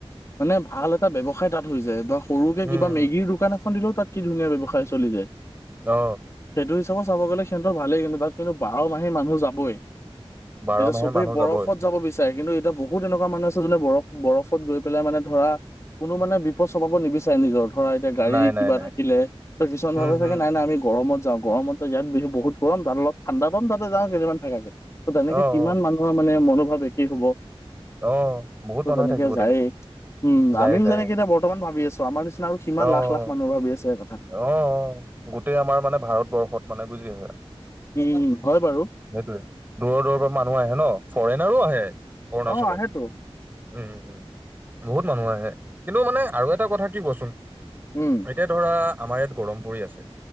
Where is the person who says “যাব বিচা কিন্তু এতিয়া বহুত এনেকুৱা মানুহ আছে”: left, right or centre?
Left